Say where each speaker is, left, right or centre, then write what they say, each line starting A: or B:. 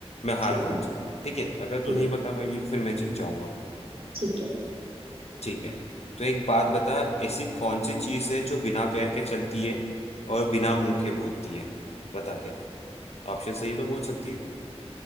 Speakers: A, on the left (about 70°); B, on the right (about 55°).
A: मैं हार
B: है
A: मान जा ठीक है अगर तू
B: तो
A: नहीं बता पाएगी तो फिर मैं जीत जाऊंगा
B: ठीक है
A: ठीक है तो एक बात बता ऐसी कौन सी चीज है जो बिना पैर के चलती है और बिना मुंह के बोलती है बता क्या ऑप्शन सही है तो बोल सकती है तू